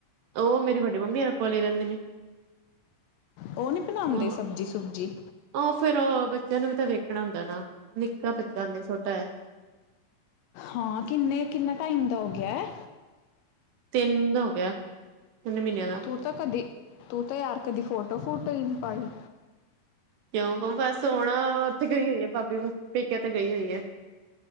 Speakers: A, on the right; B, on the left.
A: ਉਹ ਮੇਰੀ ਵੱਡੀ ਮੰਮੀਰੇ ਕੋਲ ਹੀ ਰਹਿੰਦੇ ਨੇ।
B: ਉਹ ਨੀ ਬਣਾਉਂਦੇ
A: ਅ
B: ਸਬਜ਼ੀ ਸੁਬਜੀ।
A: ਉਹ ਫਿਰ ਬੱਚਿਆਂ ਨੂੰ ਵੀ ਤਾਂ ਵੇਖਣਾ ਹੁੰਦਾ ਨਾ, ਨਿੱਕਾ ਬੱਚਾ ਛੋਟਾ ਹੈ।
B: ਹਾਂ ਕਿੰਨੇ, ਕਿੰਨਾ ਟਾਈਮ ਦਾ ਹੋ ਗਿਆ ਹੈ।
A: ਤਿੰਨ ਦਾ ਹੋ ਗਿਆ, ਤਿੰਨ ਮਹੀਨਿਆਂ ਦਾ
B: ਤੂੰ ਤਾਂ ਕਦੀ, ਤੂੰ ਤਾਂ ਯਾਰ ਕਦੀ ਫੋਟੋ ਫੋਟੋ ਨਹੀ ਪਾਈ
A: ਕਿਉਂ ਬਸ ਹੁਣ ਉੱਥੇ ਗਈ ਹੋਈ ਹੈ ਭਾਬੀ ਪੇਕਿਆ ਤੇ ਗਈ ਹੋਈ ਹੈ।